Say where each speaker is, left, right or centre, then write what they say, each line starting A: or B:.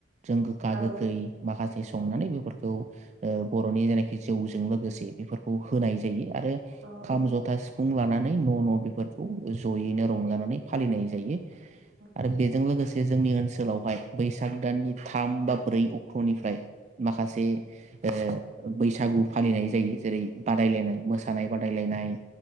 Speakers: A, on the right; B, on the right.
A: जों गोखा
B: औ
A: गोखै माखासे संनानै बेफोरखौ ओ बर'नि जेनाखि जौजों लों लोगोसे बेफोर होनाय जायो आरो
B: औ
A: खाम, जथा, सिफुं लानानै नै न' न' बेफोरखौ ज'यैनो रंजानानै फालिनाय जायो। आरो
B: औ
A: बेजों लोगोसे जे जोंनि ओनसोलावहाय बैसाग दाननि थाम बा ब्रै अक्ट'निफ्राय माखासे ओ बैसागु फालिनाय जायो जेरै बादायलायनाय मोसानाय बादाय गेलेनाय